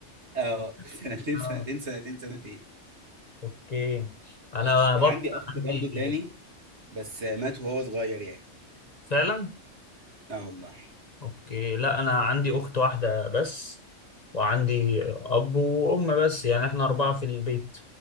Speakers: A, on the right (about 60°); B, on the left (about 35°).
A: اه <laughs> سنتين
B: <laughs> اه
A: سنتين سنتين سنتين
B: اوكي انا
A: كان
B: برضه
A: عندي اخ
B: عندي
A: برضو تاني بس مات وهو صغير يعني
B: فعلا
A: اه والله
B: اوكي لا انا عندي اخت واحده بس وعندي اب وام بس يعني احنا اربعه في البيت